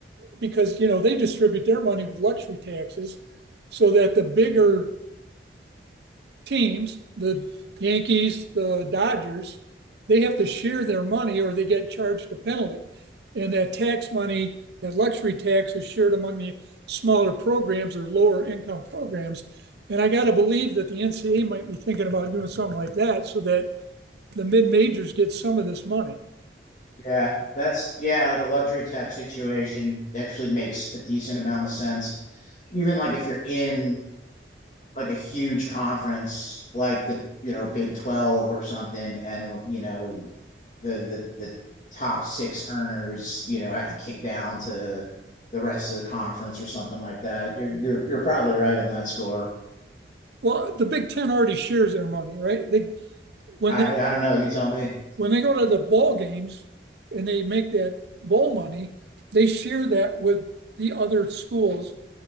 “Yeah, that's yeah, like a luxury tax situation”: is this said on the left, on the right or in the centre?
Left